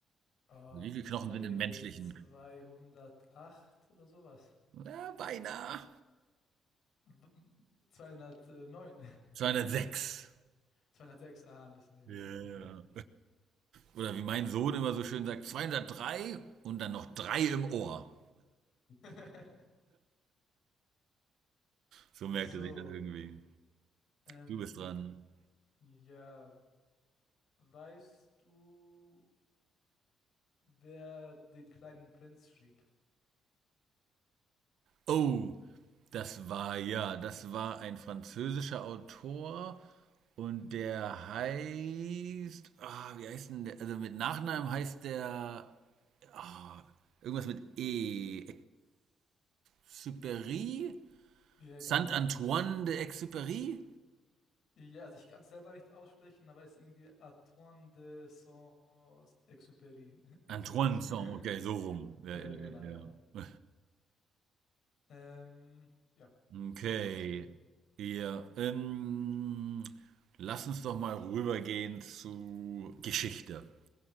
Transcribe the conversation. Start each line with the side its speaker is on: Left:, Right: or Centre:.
Left: Oh,
Right: Wie viele Knochen
Left: zwei,
Right: sind im menschlichen?
Left: 208 oder sowas.
Right: Ja, beinahe.
Left: W- 209.
Right: 206.
Left: 206, <laughs> ah, ein bisschen weniger.
Right: Ja.
Left: Okay.
Right: oder wie mein Sohn immer so schön sagt, 203 und dann noch drei im Ohr.
Left: <laughs>
Right: So merkte
Left: So,
Right: sich das irgendwie.
Left: ähm,
Right: Du bist dran.
Left: ja, weißt du, wer den kleinen Prinz schrieb?
Right: Oh, das war ja, das war ein französischer Autor und der heißt, ah, wie heißt denn der? Also mit Nachnamen heißt der ah, irgendwas mit E. Exupéry?
Left: Ja,
Right: Saint
Left: genau, ja.
Right: Antoine de Exupéry?
Left: Ja, also ich kann es selber nicht aussprechen, aber es ist irgendwie Antoine de Saint-Exupéry. <laughs> Irgend
Right: Antoine,
Left: sowas.
Right: Saint, okay,
Left: <laughs>
Right: so rum. Ja,
Left: äh,
Right: ja,
Left: genau,
Right: ja.
Left: ja. Ähm, ja,
Right: Okay.
Left: jetzt bist du wieder drin.
Right: Ja, ähm, lass uns doch mal rübergehen zu Geschichte.